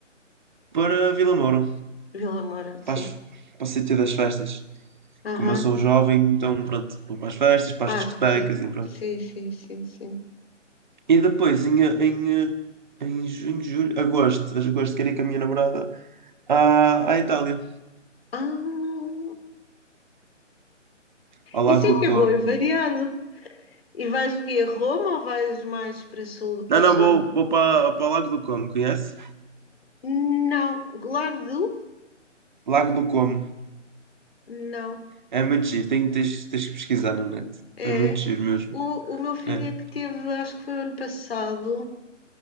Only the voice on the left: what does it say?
Vila Moura, sim.
Aham,
Acho
que sim.
Sim, sim, sim, sim.
Ah,
isso é
que
é bom e variado. E vais o quê? A Roma ou vais mais para, sul, para
o sul?
Não. Largo do?
Não.
É,
O, o meu filho
é que teve, acho que foi ano passado,